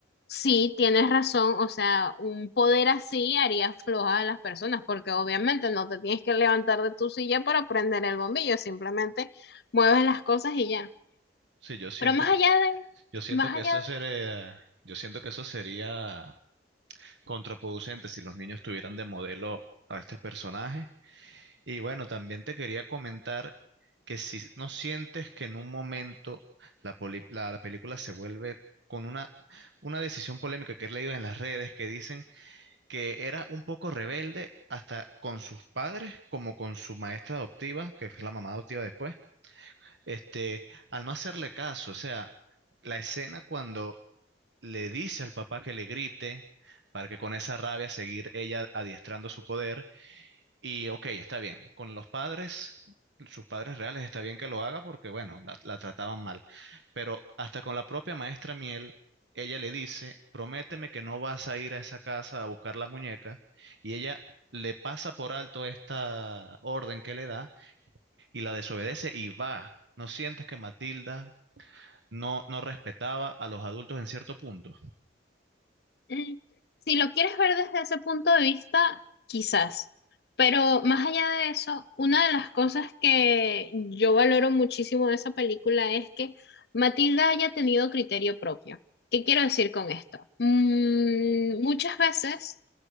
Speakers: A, on the left (about 60°); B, on the right (about 75°).
A: sí, tienes razón, o sea, un poder así haría floja a las personas, porque obviamente no te tienes que levantar de tu silla para prender el bombillo, simplemente mueves las cosas y ya.
B: Sí, yo siento
A: Pero más
B: que,
A: allá de,
B: yo siento
A: más
B: que
A: allá
B: eso sería, yo siento que eso sería contraproducente si los niños tuvieran de modelo a este personaje. Y bueno, también te quería comentar que si no sientes que en un momento la, poli- la- la película se vuelve con una, una decisión polémica que he leído en las redes que dicen que era un poco rebelde hasta con sus padres como con su maestra adoptiva, que es la mamá adoptiva después, este, al no hacerle caso, o sea, la escena cuando le dice al papá que le grite para que con esa rabia seguir ella adiestrando su poder, y ok, está bien. Con los padres, sus padres reales, está bien que lo haga porque, bueno, la, la trataban mal. Pero hasta con la propia maestra Miel, ella le dice, prométeme que no vas a ir a esa casa a buscar la muñeca. Y ella le pasa por alto esta orden que le da y la desobedece y va. ¿No sientes que Matilda no, no respetaba a los adultos en cierto punto?
A: Mm, Si lo quieres ver desde ese punto de vista, quizás. Pero más allá de eso, una de las cosas que yo valoro muchísimo de esa película es que Matilda haya tenido criterio propio. ¿Qué quiero decir con esto? Mm, muchas veces